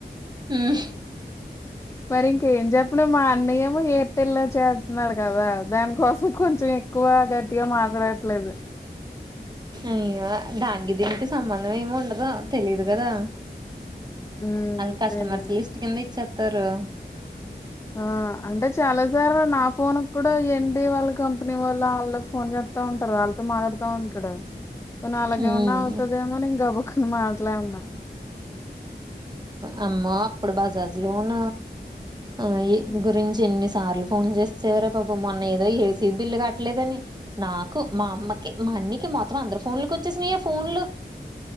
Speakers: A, on the right (about 25°); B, on the left (about 15°).
A: ఉహూ.
B: మరి ఇంకేం చెప్పను మా అన్నయ్యేమో ఎయిర్టెల్ లో చేస్తున్నాడు కదా దానికోసం కొంచెం. ఎక్కువ గట్టిగా మాట్లాడట్లేదు.
A: అయ్యో దానికి దీనికి సంబంధం ఏమి ఉండదు తెలీదు కదా.
B: ఉమ్
A: వాళ్ళ కస్టమర్స్
B: తెలిదు
A: లిస్ట్ కింద ఇచ్చేస్తారు.
B: ఆహ్ అంటే చాలా సార్లు నా ఫోన్ కూడా ఏంటి వాళ్ళ కంపెనీ వాళ్ళ వాళ్ళ ఫోన్ చెస్. డుతా ఉంటారు వాళ్ళతో మాట్లాడుతా ఉంటాడు. వున్న అలాగేమన్నా
A: హ్మ్
B: అవుతదేమో నేను గబుకున్న మాట్లాడినా.
A: అమ్మో అప్పుడు బజార్ లోన ఆహ్
B: హ్మ్.
A: గురించి ఇన్ని సా సార్లు ఫోన్ చేసావురా బాబు మొన్న ఏదో ఏసీ బిల్లు కట్టలేదని. నాకు మా అమ్మకి మా అన్నయ్యకి మొత్తం అందరు ఫోన్లకి వచ్చేసినయా ఫోన్లు.